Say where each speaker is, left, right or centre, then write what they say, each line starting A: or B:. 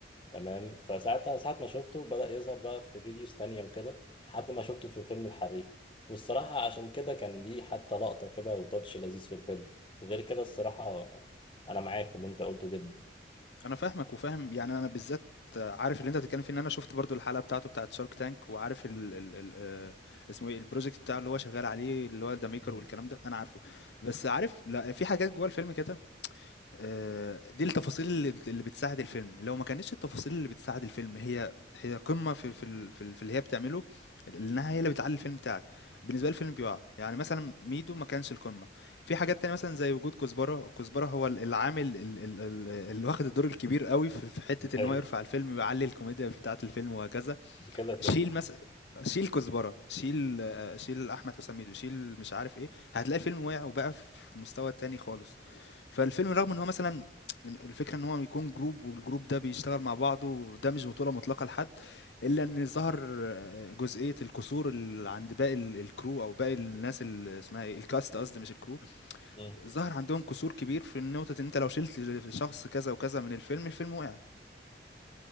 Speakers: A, on the left; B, on the left.
A: تمام فساعتها ساعة ما شفته بدأ يظهر بقى في فيديوز تانية وكده لحد ما شفته في فيلم الحريف والصراحة عشان كده كان ليه حتى لقطة كده وتاتش لذيذ في الفيلم غير كده الصراحة أنا معاك في اللي أنت قلته جدا
B: أنا فاهمك وفاهم يعني أنا بالذات عارف اللي أنت بتتكلّم فيه، إن أنا شُفت برضه الحلقة بتاعته بتاعة Shark Tank وعارف ال ال ال آآ، اسمه إيه الproject بتاعه اللي هو شغّال عليه اللي هو The Maker
A: مم.
B: والكلام ده، أنا عارفه. بس عارف لأ، في حاجات جوّه الفيلم كده آآ، دي التفاصيل اللي بت اللي بتساعد الفيلم، لو ما كانتش التفاصيل اللي بتساعد الفيلم هي هي قمة في في ال في ال في اللي هي بتعمله، لأنها هي اللي بتعلّي الفيلم بتاعك، بالنسبة لي الفيلم بيُقع، يعني مثلًا ميدو ما كانش القمة، في حاجات تانية مثلًا زي وجود كزبرة، كزبرة هو ال العامل ال ال ال اللي واخد الدور الكبير أوي في في حتة
A: <laughs>
B: إن هو يرفع الفيلم ويعلّي الكوميديا بتاعة الفيلم وهكذا،
A: كده كده
B: شيل مثلًا شيل كزبرة، شيل آه، شيل أحمد حسام ميدو، شيل مش عارف إيه، هتلاقي الفيلم وقع وبقى في مستوى تاني خالص. فالفيلم رغم ان هو مثلا الفكره ان هو يكون جروب والجروب ده بيشتغل مع بعضه وده مش بطوله مطلقه لحد الا ان ظهر جزئيه الكسور اللي عند باقي ال- الكرو او باقي الناس اللي اسمها ايه الكاست قصدي مش الكرو
A: مم.
B: ظهر عندهم كسور كبير في النقطه ان انت لو شلت شخص كذا وكذا من الفيلم الفيلم وقع